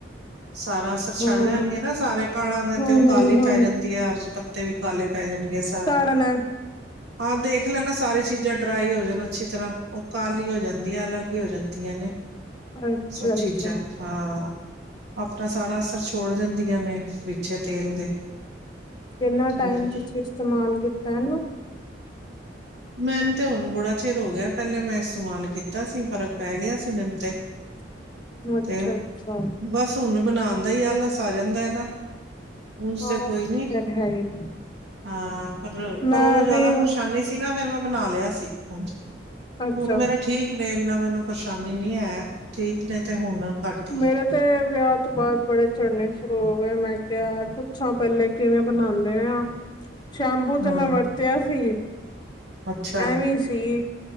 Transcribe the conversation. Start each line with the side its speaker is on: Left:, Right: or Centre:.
Right: ਸਾਰਾ ਅਸਰ ਛੱਡ
Left: ਹਾਂ
Right: ਜਾਣਏ ਨਾ। ਸਾਰੇ ਕਾੜਾਂ ਗੇ
Left: ਹਮ
Right: ਤੇ ਉਹ
Left: ਹਮ
Right: ਕਾਲੀ
Left: ਹਮ
Right: ਪੈ ਜਾਂਦੀ ਆ। ਔਰ ਜੇ ਪੱ ਤੇ ਵੀ ਕਾਲੇ ਪੈ ਜਾਣਗੇ ਸਾਰ
Left: ਤਾਂ ਮੈਂ।
Right: ਹਾਂ, ਦੇਖ ਲੈਣਾ ਸਾਰੀ ਚੀਜ਼ਾਂ ਡਰਾਈ ਹੋ ਜਾਣ ਅੱਛੀ ਤਰ੍ਹਾਂ। ਉਹ ਕਾਲੀ ਹੋ ਜਾਂਦੀਆਂ, ਅਲੱਗ ਈ ਹੋ ਜਾਂਦੀਆਂ ਨੇ਼।
Left: <inaudible>
Right: ਸਭ ਚੀਜ਼ਾਂ
Left: ਅੱਛਾ
Right: ਹਾਂ। ਆਪਣਾ ਸਾਰਾ ਅਸਰ ਛੋੜ ਦਿੰਦ ਆਂ ਨੇ ਵਿੱਚੇ ਤੇਲ ਦੇ
Left: ਕਿੰਨਾ
Right: ਤੇ ਉਹ
Left: ਟਾਈਮ
Right: ਫਿਰ
Left: ਤੁਸੀਂ ਇਸਤਮਾਲ ਕੀਤਾ ਏਨੂੰ?
Right: ਮੈਨੂੰ ਤੇ ਹੁਣ ਬੜਾ ਚਿਰ ਹੋ ਗਿਆ। ਪੈਲੇ ਮੈਂ ਇਸਤਮਾਲ ਕੀਤਾ ਸੀ, ਫ਼ਰਕ ਪੈ ਗਿਆ ਸੀ ਮੈਨੂੰ ਤੇ।
Left: <inaudible>
Right: ਤੇ
Left: ਅੱਛਾ
Right: ਬਸ ਹੁਨ, ਬਣਾਂਨ ਦਾ ਈ ਆਲਸ ਆ ਜਾਂਦਾ ਐ ਨਾ। ਉਝ
Left: ਹਾਂ
Right: ਤੇ
Left: ਉਹ
Right: ਕੋਈ ਨੀ।
Left: ਫਿਰ ਹੈ ਹੀ
Right: ਹਾਂ, ਪਰ-ਪਰ
Left: ਮੈਂ
Right: ਓਦੋਂ ਜਾਦਾ
Left: ਵੀ
Right: ਪਰਸ਼ਾਨੀ ਸੀ ਨਾ। ਫੇਰ ਮੈਂ ਬਣਾ ਲਿਆ ਸੀ, ਉਝ।
Left: ਅੱਛਾ
Right: ਹੁਣ ਮੇਰੇ ਠੀਕ ਨੇ, ਏਨਾ ਮੈਨੂੰ ਪਰੇਸ਼ਾਨੀ ਨੀ ਹੈ। ਠੀਕ ਨੇ ਤੇ ਹੁਣ ਘੱਟ ਹੀ
Left: ਮੇਰੇ ਤੇ ਵਿਆਹ ਤੋਂ ਬਾਦ ਬੜੇ ਝੜਨੇ ਸ਼ੁਰੂ ਹੋਗੇ। ਮੈਂ ਕਿਆ ਪੁੱਛਾਂ ਪੈਲੇ ਕਿਵੇਂ ਬਣਾਂਦੇ ਨੇ ਓ? ਸ਼ੈਂਪੂ
Right: ਹਮ
Left: ਤੇ ਮੈਂ ਵਰਤਿਆ ਸੀ।
Right: ਅੱਛਾ
Left: ਐਵੈ ਈ ਸੀ।